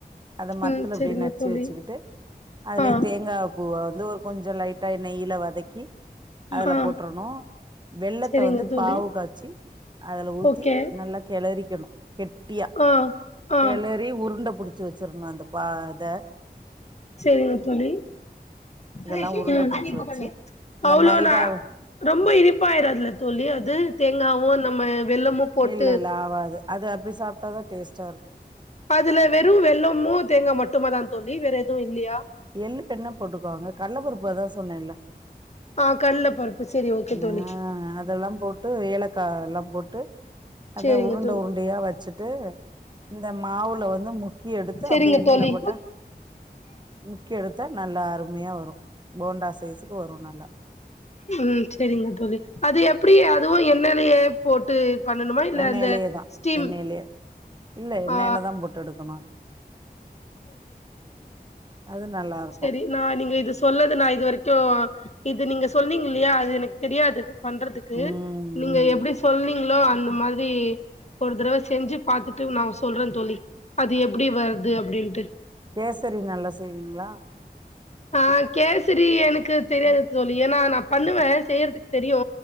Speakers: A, on the right (about 25°); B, on the left (about 40°).
A: அத மத்துல
B: ம் செரிங்க
A: அப்டி நச்சு
B: தோழி
A: வச்சுக்கிட்டு அதுலே
B: ஆ
A: தேங்கா ஓ வது ஒரு கொஞ்ச லைட்டா நெய்யில வதக்கி அதுல
B: ஆ
A: போட்ரணு வெள்ளத்த
B: செரிங்க
A: வந்து
B: தோழி
A: பாவு காய்ச்சி அதுல ஊத்தி
B: ஓகே
A: நல்லா கிளரிக்கணும் கெட்டியா
B: ஆ ஆ
A: கெளறி உருண்ட புடிச்சு வச்சிர்ணு அந்த பா த
B: செரிங்க தோழி
A: இதெல்லா
B: ம்
A: உருண்ட புடிச்சு வச்சு இந்த
B: அவ்ளோதா
A: மைதா
B: ரொம்ப இனிப்பாயிடாதுல தோழி அது தேங்காவு நம்ம வெல்லமு போட்டு
A: இல்ல இல்ல ஆவாது அது அப்டி சாப்ட்டாதா டேஸ்ட் சாருக்கு
B: அதுல வெறு வெள்ளமு தேங்கா மட்டுமா தா தோளி வேற எ அதுவு இல்லியா
A: எள்ளு வெண்ணா போட்டுக்கோங்க கல்லப்பருப்பு அதா சொன்னேல்ல
B: ஆ கடல பருப்பு செரி ஓகே தோழி
A: ஆஹ் அதெல்லா போட்டு ஏலக் கா எல்லா போட்டு அத
B: செரிங்க
A: உருண்ட
B: தோழி
A: உருண்டையா வச்சுட்டு இந்த மாவுல வந்து முக்கி எடுத்து
B: செரிங்க
A: அப்டியே எண்ணெயில
B: தோழி
A: போட்டா முக்கி எடுத்தா நல்லா அருமையா வரு போண்டா சைஸ்க்கு வரு நல்லா
B: உம் சரிங்க தோளி அது எப்டி அதுவு எண்ணெலயே போட்டு பண்ணணுமா இல்ல
A: எண்ணெயிலயே
B: அந்த
A: தா
B: ஸ்டீம்
A: எண்ணெயிலயே இல்ல எண்ணெயிலதா
B: ஆ
A: போட்டு எடுக்கணு அது நல்லா இருக்கு
B: சரி நா நீங்க இது சொல்லது நா இது வரைக் க்யோ இது நீங்க சொன்னீங்க இல்லையா அது எனக்கு தெரியாது பண்றதுக்கு
A: ம்
B: நீங்க
A: ம்
B: எப்டி சொன்னிங்க்ளோ அ அந்த மாதிரி ஒரு தடவ செஞ்சு பாத்துட்டு நா சொல்றே தோழி அது எப்டி வருது அப்பிடின்ட்டு
A: கேசரி நல்லா செய்வீங்க்ளா
B: ஆஹ் கேசரி எனக்கு தெரியாது தோளி ஏன்னா நா பண்ணுவே செய்யறதுக்கு தெரியு